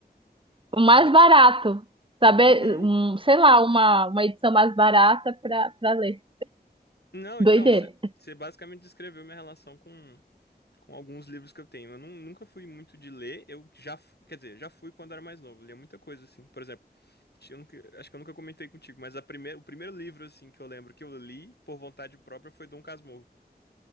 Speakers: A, on the right; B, on the left.
A: o mais
B: da-
A: barato, sabe?
B: Uhum.
A: Um, sei lá, uma, uma edição mais barata pra, pra ler.
B: Não, então,
A: Doideira.
B: você basicamente descreveu minha relação com, com alguns livros que eu tenho. Eu nu- nunca fui muito de ler, eu já, fu- quer dizer, já fui quando era mais novo, lia muita coisa, assim. Por exemplo, acho que eu nunca, acho que eu nunca comentei contigo, mas a primeira, o primeiro livro, assim, que eu lembro que eu li por vontade própria foi Dom Casmurro.